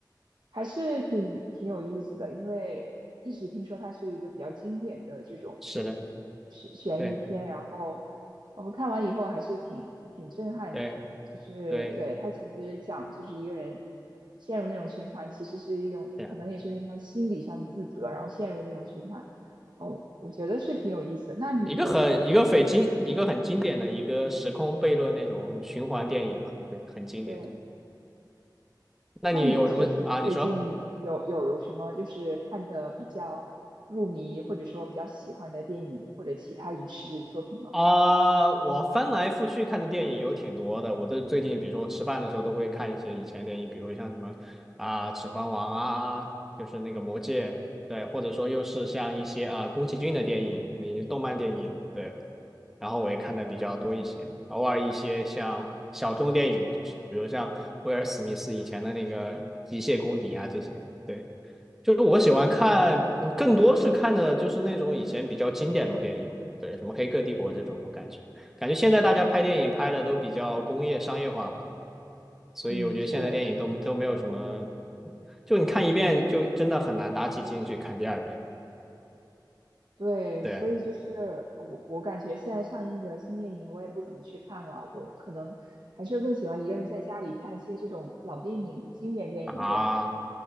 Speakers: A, on the right; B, in the centre.
A: 还是挺挺有意思的，因为一直听说它是一个比较经典的这种
B: 是的，
A: 悬悬疑片，
B: 对
A: 然后我们看完以后还是挺挺震撼的，
B: 对
A: 就是对它其实讲就是一个人
B: 对
A: 陷入那种循环，其实是一种可能也是因为他心理上的自责，
B: 对啊，
A: 然后陷入那种循环，哦，我觉得是挺有意思的。那你有没有
B: 一个很一个非经一个很经典的一个时空悖论那种循环电影吧，对，很经典。
A: 对？
B: 那你有什么啊？
A: 那你就是最近有有有什么就是看的比较入迷，
B: 你说。
A: 或者说比较喜欢的电影或者其他影视作品吗？
B: 啊、我翻来覆去看的电影有挺多的。我都最近，比如说我吃饭的时候都会看一些以前电影，比如像什么啊、指环王》啊，就是那个《魔戒》，对，或者说又是像一些啊、宫崎骏的电影，你动漫电影，对。然后我也看的比较多一些，偶尔一些像小众电影，比如像威尔·史密斯以前的那个《机械公敌》啊这些，对。就是我喜欢看，
A: 嗯
B: 更多是看的就是那种以前比较经典的电影，对，什么《黑客帝国》这种感觉。感觉现在大家拍电影拍的都比较工业商业化吧，所以我觉得现在电影都都没有什么，
A: 嗯，是的，是的，
B: 就你看一遍就真的很难打起劲去看第二遍。
A: 对，
B: 对
A: 所以就是我我感觉现在上映的新电影我也不怎么去看了，我可能还是更喜欢一个人在家里看一些这种老电影、经典电影这样。
B: 啊，